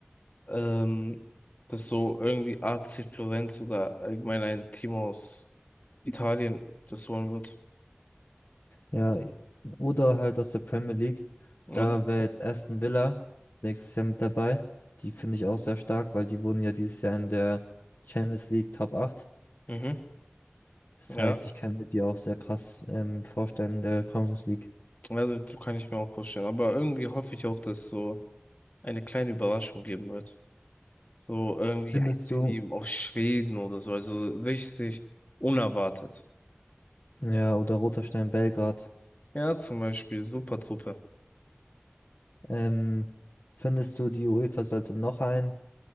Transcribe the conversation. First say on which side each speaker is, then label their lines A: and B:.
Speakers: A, on the left; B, on the left.
A: ähm, dass so irgendwie AC Florenz oder allgemein ein Team aus Italien das holen wird.
B: Ja, oder halt aus der Premier League.
A: Ja,
B: Da
A: das,
B: wäre jetzt Aston Villa nächstes Jahr mit dabei. Die finde ich auch sehr stark, weil die wurden ja dieses Jahr in der Champions League Top acht
A: mhm,
B: Das
A: ja,
B: heißt, ich kann mir die auch sehr krass ähm, vorstellen in der Conference League.
A: also das kann ich mir auch vorstellen. Aber irgendwie hoffe ich auch, dass es so eine kleine Überraschung geben wird. So irgendwie
B: Findest
A: ein
B: du,
A: Team aus Schweden oder so. Also richtig unerwartet.
B: ja, oder Roter Stern Belgrad,
A: Ja, zum Beispiel Supertruppe.
B: ähm, findest du, die UEFA sollte noch einen